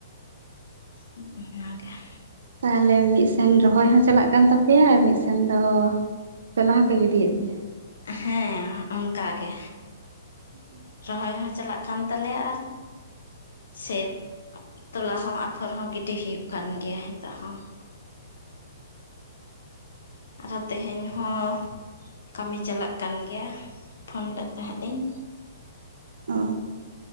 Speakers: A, on the left; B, on the right.
A: ᱩᱸ ᱚᱱᱟᱜᱮ᱾
B: ᱛᱟᱦᱞᱮ ᱢᱤᱜᱥᱮᱱ ᱨᱚᱦᱚᱭ ᱦᱚᱸ ᱪᱟᱞᱟᱜ ᱠᱟᱱ ᱛᱟᱯᱮᱭᱟ ᱟᱨ ᱢᱤᱜᱥᱮᱱ ᱫᱚ᱾ ᱛᱚᱞᱟ ᱦᱚᱸ ᱯᱮ ᱜᱤᱰᱤᱭᱮᱫ ᱜᱮᱭᱟ᱾
A: ᱦᱮᱸ ᱚᱱᱠᱟ ᱜᱮ᱾
B: <inaudible>
A: ᱨᱚᱦᱚᱭ ᱦᱚᱸ ᱪᱟᱞᱟᱜ ᱠᱟᱱ ᱛᱟᱞᱮᱭᱟ ᱟᱨ᱾ ᱥᱮᱛ ᱛᱚᱞᱟ ᱦᱚᱸ ᱟᱯᱷᱚᱨ ᱦᱚᱸ ᱜᱤᱰᱤ ᱦᱩᱭᱩᱜ ᱠᱟᱱ ᱜᱮᱭᱟ ᱦᱤᱛᱳᱜ ᱦᱚᱸ᱾ ᱟᱨ ᱛᱮᱦᱮᱧ ᱦᱚᱸ ᱠᱟᱢᱤ ᱪᱟᱞᱟᱜ ᱠᱟᱱ ᱜᱮᱭᱟ ᱯᱷᱳᱱ ᱞᱮᱫ ᱛᱟᱦᱮᱸᱜ ᱞᱤᱧ᱾
B: ᱚ